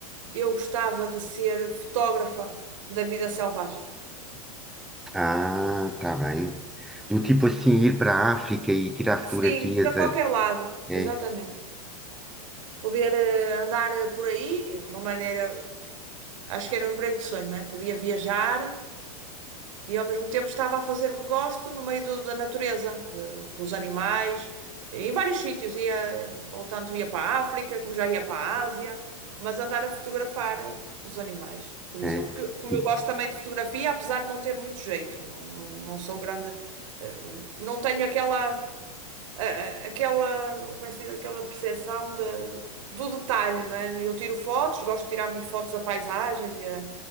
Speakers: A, on the right; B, in the centre.
A: eu gostava de ser fotógrafa da vida selvagem.
B: Ah, tá bem. Do tipo assim, ir para a África e tirar fotografias.
A: Sim, para qualquer
B: a
A: lado,
B: É,
A: exatamente. poder eh, andar eh, por aí, é uma maneira, acho que era um emprego de sonho, né? Podia viajar e ao mesmo tempo estava a fazer o que gosto no meio do- da natureza, eh, com os animais, em vários sítios, ia, eh, ou tanto ia para a África, como já ia para a Ásia, mas andar a fotografar eh, os animais, por exemplo,
B: é.
A: que, como
B: E-
A: eu gosto também de fotografia, apesar de não ter muito jeito, não, não, não sou grande, eh, não tenho aquela a- a- aquela, como é que se diz? aquela percepção de, do detalhe, não é? Eu tiro fotos, gosto de tirar muito fotos a paisagens e a-